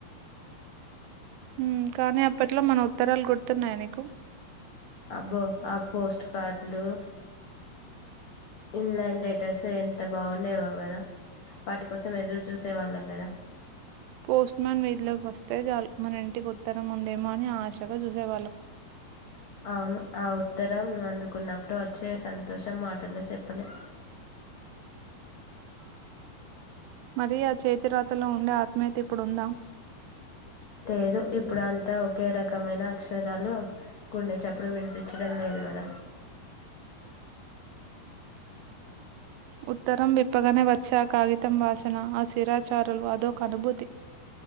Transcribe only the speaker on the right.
ఊమ్ కానీ అప్పట్లో మన ఉత్తరాల్ గుర్తున్నయ నీకు
పోస్ట్ మ్యాన్ వీధిలోకి వస్తే చాలు మన ఇంటికి ఉత్తరం ఉందేమో అని ఆశగా జూసేవాళ్ళం
మరీ ఆ చేతి రాతలో ఉండే ఆత్మీయత ఇప్పుడుందా
ఉత్తరం విప్పగనే వచ్చే ఆ కాగితం వాసనా ఆ శిరాచారలు అదోక అనుభూతి